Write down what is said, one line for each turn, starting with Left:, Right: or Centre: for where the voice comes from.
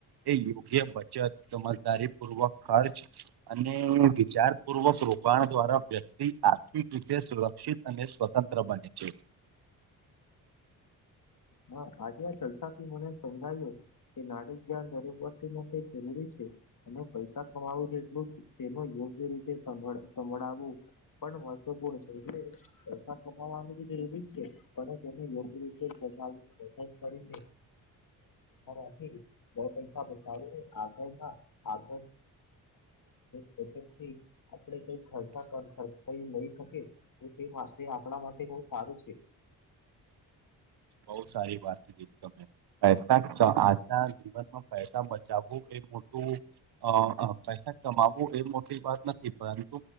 Right: એ યોગ્ય બચત સમજદારી પૂર્વક ખર્ચ. અને વિચાર પૂર્વક રોકાણ દ્વારા વ્યક્તિ આર્થિક રીતે સુરક્ષિત અને સ્વ. તંત્ર બને છે
Left: હા આજે આ ચર્ચા થી મને સમજાવ્યું કે નાડી જ્ઞાન દરેક વખત માટે જરૂરી છે અને પૈસા કમાવું છે એટલું જ તેનું યોગ્ય રીતે સંભળાવવું પણ મહત્વપૂર્ણ છે એટલે પૈસા કમાવા તો એવી જ છે પણ તેને સ કરીનેમાં <inaudible> <unintelligible> બે પૈસા બચાવ આગળ ના આગ ટમથી આપડે કઈ ખર્ચા કર કઈ લઈ શકે તો તે માટે આપણા માટે બહુ સારું છે
Right: બહુ સારી વાારતી પૈસા ચ આજના જીવનમાં પૈસા બચાવવું એ મોટું અ પૈસા કમાવવું એ મોટી વાત નથી પરંતુ